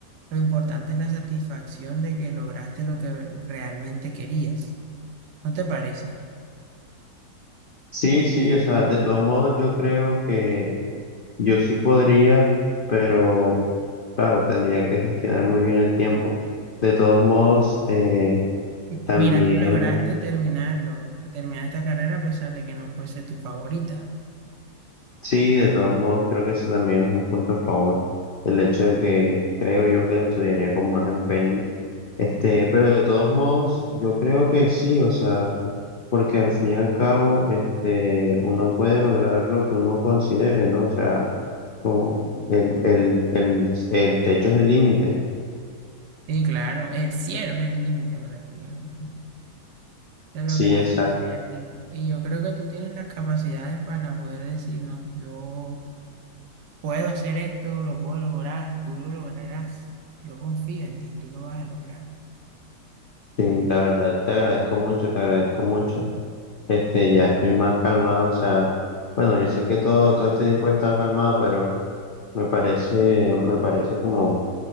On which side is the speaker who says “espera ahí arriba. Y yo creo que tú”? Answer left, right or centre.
Right